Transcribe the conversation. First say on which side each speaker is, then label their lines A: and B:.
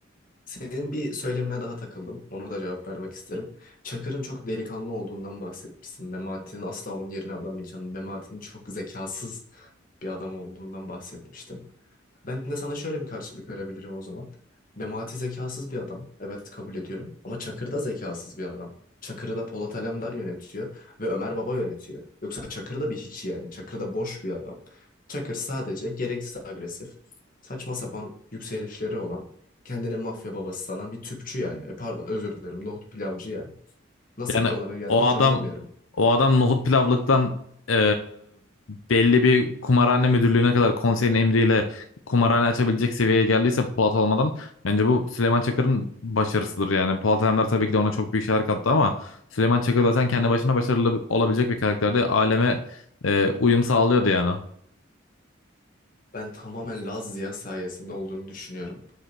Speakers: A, on the left (about 45°); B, on the left (about 85°).
A: Senin bir söylemine daha takıldım. Onu da cevap vermek isterim. Çakır'ın çok delikanlı olduğundan bahsetmişsin. Memati'nin asla onun yerini alamayacağını, Memati'nin çok zekasız bir adam olduğundan bahsetmiştim. Ben de sana şöyle bir karşılık verebilirim o zaman. Memati zekasız bir adam. Evet kabul ediyorum. Ama Çakır da zekasız bir adam. Çakır'ı da Polat Alemdar yönetiyor ve Ömer Baba yönetiyor. Yoksa Çakır da bir hiç yani. Çakır da boş bir adam. Çakır sadece gereksiz agresif, saçma sapan yükselişleri olan kendine mafya babası sanan bir tüpçü yani. E pardon özür dilerim nohut pilavcı yani. Nasıl
B: Yani
A: buralara geldi
B: o
A: hiç
B: adam
A: anlamıyorum.
B: o adam nohut pilavlıktan e, belli bir kumarhane müdürlüğüne kadar konseyin emriyle kumarhane açabilecek seviyeye geldiyse Polat olmadan bence bu Süleyman Çakır'ın başarısıdır yani. Polat Alemdar tabii ki de ona çok büyük şeyler kattı ama Süleyman Çakır zaten kendi başına başarılı olabilecek bir karakterdi, aleme e, uyum sağlıyordu yani.
A: Ben tamamen Laz Ziya sayesinde olduğunu düşünüyorum.